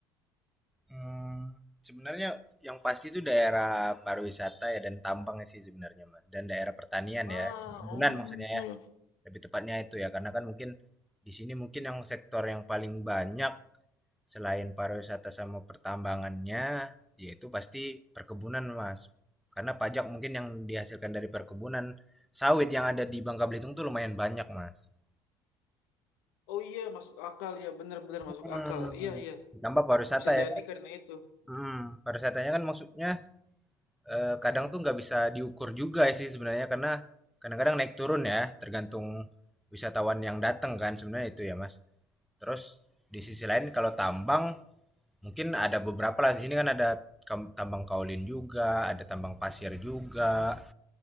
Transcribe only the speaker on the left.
Nah,
oh,
oh iya masuk akal ya, benar-benar masuk
akal. Iya iya,
bisa
jadi karena itu.